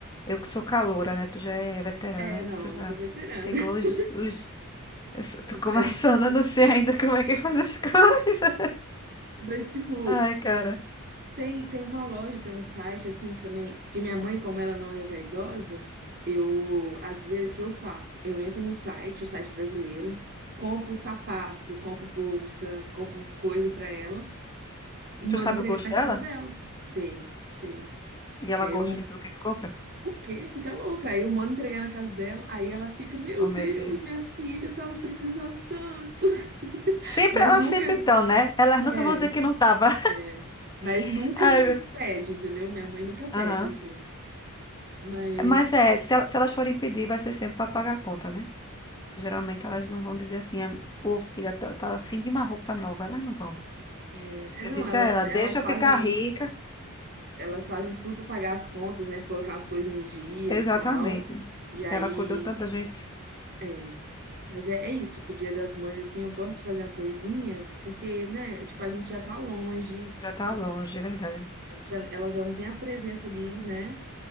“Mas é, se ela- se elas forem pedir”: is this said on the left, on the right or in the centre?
Left